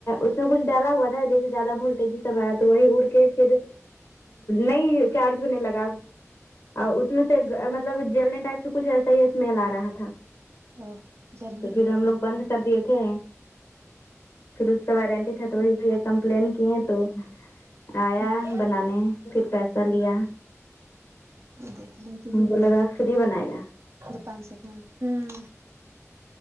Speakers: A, on the left; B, on the right.
A: اس میں کچھ ڈالا ہوا تھا دیک سے زیادہ ولٹیج سب آیا تو وہی اڑ کے پھر نہیں چارج ہونے لگا اور اس میں سے مطلب جلنے ٹائپ سے کچھ ایسا ہی اسمیل آ رہا تھا
B: او جلیے
A: تو پھر
B: گیا
A: ہم
B: تھا
A: لوگ بند کر دیے تھے پھر اس کا وارنٹی تھا تو وہی بھیا کمپلین کیے تو آیا
B: ہ ہ
A: بنانے پھر پیسہ لیا
B: دیکھ لی
A: ہم کو
B: <unintelligible>
A: لگا فری بنائے گا
B: جاپان سکنا ہمم